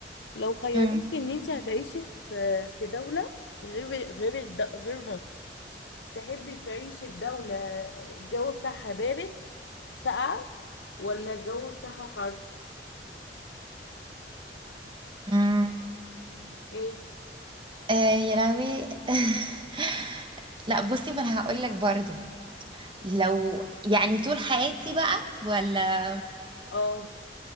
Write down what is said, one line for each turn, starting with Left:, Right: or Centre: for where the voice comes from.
Left: لو خيروكي
Right: مم.
Left: ان انت هتعيشي في في دولة غير غير الد- غير مصر تحبي تعيشي في دولة الجو بتاعها بارد ساقعة ولا الجو بتاعها حر
Right: مم.
Left: ايه
Right: آه يا لهوي <laughs> لا بصي ما انا هقول لك برضو لو يعني طول حياتي بقى ولا
Left: اه